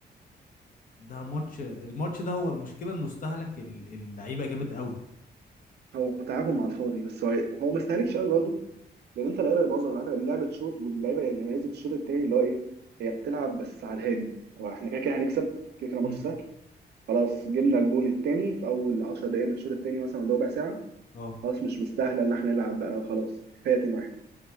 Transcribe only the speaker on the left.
ده ماتش الماتش ده هو المشكله انه استهلك ال- اللعيبه جامد قوي
امم
اه